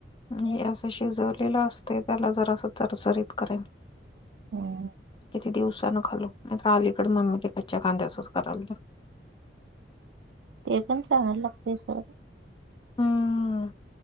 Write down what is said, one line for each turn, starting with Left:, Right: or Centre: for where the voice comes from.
Left: हे असं शिजवलेलं असते त्याला जरा असं चरचरीत करेल.
Right: हम्म
Left: किती दिवसानं खालो नाहीत अलीकड मम्मी ते कच्च्या कांद्याचच करायल.
Right: ते पण चहाला लागतय सोड
Left: हम्म